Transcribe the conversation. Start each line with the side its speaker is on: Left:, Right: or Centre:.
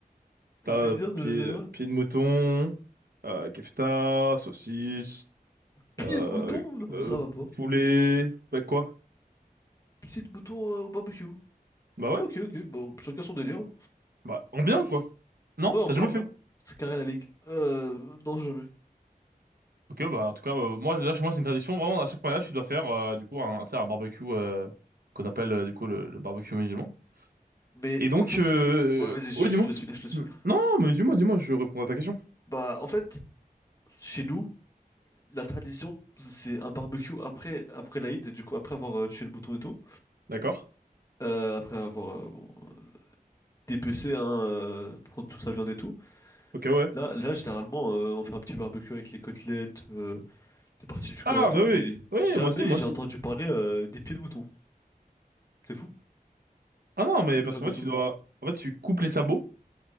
Right: t'as
Left: C'est
Right: euh,
Left: bien de
Right: pied,
Left: musulman.
Right: euh, pied de mouton, euh, kefta, saucisse,
Left: Pied
Right: euh,
Left: de mouton? Non, mais
Right: euh,
Left: ça va pas.
Right: poulet, bah quoi?
Left: Pied de mouton euh, au barbecue.
Right: Bah ouais,
Left: Ok, ok, bon, chacun son délire.
Right: bah en bien quoi. Non?
Left: Ouais, en
Right: T'as
Left: bien,
Right: jamais
Left: en
Right: fait?
Left: bien. C'est carré la ligue. Euh, non, jamais.
Right: Ok, bah en tout cas, euh, moi là chez moi c'est une tradition vraiment à chaque mariage tu dois faire euh, du coup un, tu sais, un barbecue euh, qu'on appelle euh, du coup le, le barbecue musulman.
Left: Mais
Right: Et donc
Left: en fait,
Right: euh...
Left: ouais, vas-y, je
Right: ouais dis-moi.
Left: te laisse finir, je te laisse finir.
Right: Non mais dis-moi dis-moi je réponds à ta question.
Left: Bah, en fait, chez nous, la tradition, c'est un barbecue après, après l'Aïd, du coup, après avoir euh, tué le mouton et tout.
Right: D'accord.
Left: Euh, après avoir euh, bon, euh, dépecé, hein, euh, prendre toute sa viande et tout.
Right: Ok ouais.
Left: Là, là, généralement, euh, on fait un petit barbecue avec les côtelettes, euh, des parties du corps
Right: Ah
Left: et tout,
Right: bah oui
Left: mais
Right: oui
Left: jamais
Right: moi aussi moi
Left: j'ai
Right: aussi.
Left: entendu parler euh, des pieds de mouton. C'est fou?
Right: Ah non mais
Left: Mais
Right: parce
Left: j'ai l'impression-
Right: qu'en fait tu dois en fait tu coupes les sabots